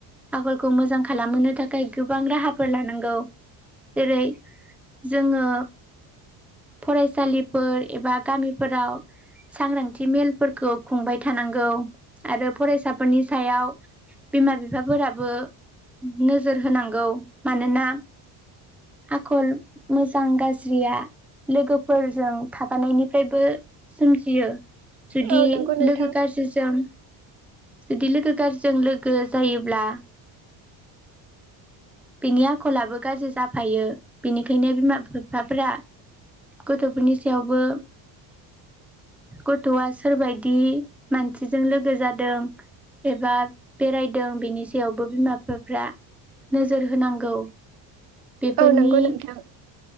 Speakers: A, in the centre; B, on the right.
A: आखलखौ मोजां खालामहोनो थाखाय गोबां राहाफोर लानांगौ जेरै जोङो फरायसालि फोर एबा गामिफोराव सांग्रांथि मेलफोरखौ खुंबाय थानांगौ आरो फरायसाफोरनि सायाव बिमा बिफाफोराबो नोजोर होनांगौ मानोना आखल मोजां गाज्रिया लोगोफोरजों थाबानायनिफ्रायबो सोमजियो जुदि
B: औ नंगौ नोंथां
A: लोगो गाज्रिजों जुदि लोगो गाज्रिजों लोगो जायोब्ला बिनि आखलाबो गाज्रि जाफायो बेनिखायनो बिमा बिफाफोरा गथ'फोरनि सायावबो गथवा सोरबायदि दि मानसिजों लोगो जादों एबा बेरायदों बेनि सायावबो बिमा बिफाफ्रा नोजोर होनांगौ बेफोरनि
B: औ नंगौ नोंथां